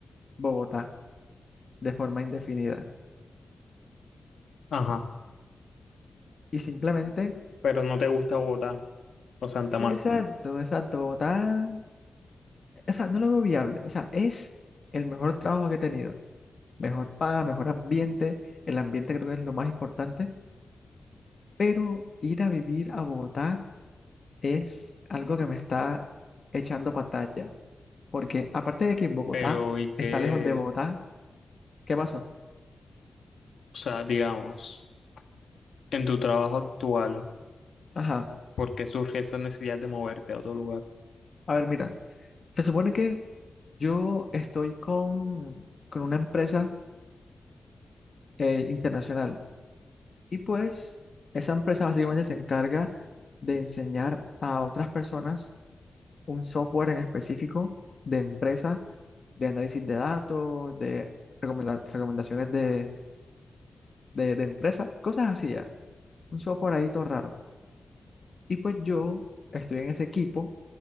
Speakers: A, on the left; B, on the left.
A: Bogotá de forma indefinida.
B: Ajá,
A: Y simplemente,
B: pero no te gusta Bogotá o Santa Marta.
A: exacto, exacto, Bogotá, o sea, no lo veo viable. O sea, es el mejor trabajo que he tenido. Mejor paga, mejor ambiente. El ambiente creo que es lo más importante. Pero ir a vivir a Bogotá es algo que me está echando para atrás ya. Porque aparte de que Bogotá
B: Pero, ¿y qué?
A: está lejos de Bogotá, ¿qué pasó?
B: O sea, digamos, en tu trabajo actual,
A: Ajá.
B: ¿por qué surge esa necesidad de moverte a otro lugar?
A: A ver, mira. Se supone que Yo estoy con, con una empresa eh, internacional y pues esa empresa básicamente se encarga de enseñar a otras personas un software en específico de empresa, de análisis de datos, de recomenda- recomendaciones de, de, de empresa, cosas así, ya. Un software ahí todo raro. Y pues yo estoy en ese equipo